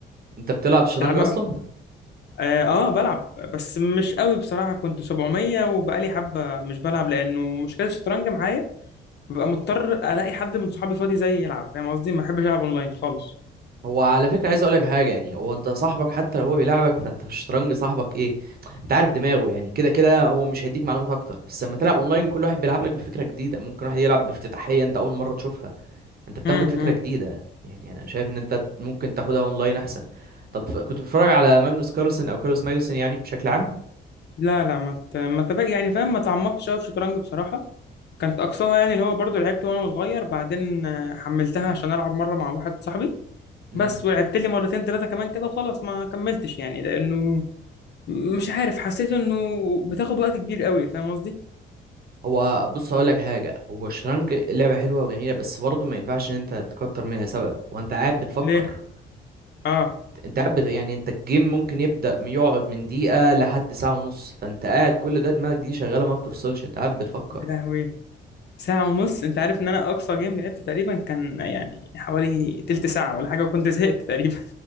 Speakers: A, on the right; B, on the left.
A: انت بتلعب شطرنج
B: تلعب
A: اصلا
B: آه, آه بلعب بس مش قوي بصراحة كنت 700 وبقالي حبة مش بلعب لأنه مشكلة الشطرنج معايا ببقى مضطر ألاقي حد من صحابي فاضي زيي يلعب فاهم قصدي ما بحبش ألعب أونلاين خالص
A: هو على فكره عايز اقولك حاجه يعني هو انت صاحبك حتى لو هو بيلعبك فانت في الشطرنج صاحبك ايه انت عارف دماغه يعني كده كده هو مش هيديك معلومات اكتر بس لما تلعب اونلاين كل واحد بيلعب لك بفكره جديده ممكن واحد يلعب بافتتاحيه انت اول مره تشوفها انت بتاخد
B: امم
A: فكره جديده يعني انا شايف ان انت ممكن تاخدها اونلاين احسن طب ف- كنت بتتفرج على ماجنوس كارلسن او كارلوس ماجنوسن يعني بشكل عام
B: لا لا ما ت... ما تبقى يعني فاهم ما تعمقتش قوي في الشطرنج بصراحة كانت اقصاها يعني اللي هو برضو لعبت وانا صغير بعدين آه، حملتها عشان العب مره مع واحد صاحبي
A: امم
B: بس ولعبت لي مرتين ثلاثه كمان كده وخلاص ما كملتش يعني لانه مش عارف حسيت انه بتاخد وقت كبير قوي فاهم قصدي
A: هو بص هقول لك حاجه هو الشطرنج لعبه حلوه وجميله بس برضه ما ينفعش ان انت تكتر منها سبب وانت قاعد بتفكر
B: ليه اه
A: انت قاعد بت- يعني انت الجيم ممكن يبدأ من- يقعد من دقيقة لحد ساعة ونص فانت قاعد كل ده دماغك دي شغالة ما بتفصلش انت قاعد بتفكر
B: يا لهوي ساعه ونص انت عارف ان انا اقصى جيم لعبت تقريبا كان يعني حوالي تلت ساعه ولا حاجه وكنت زهقت تقريبا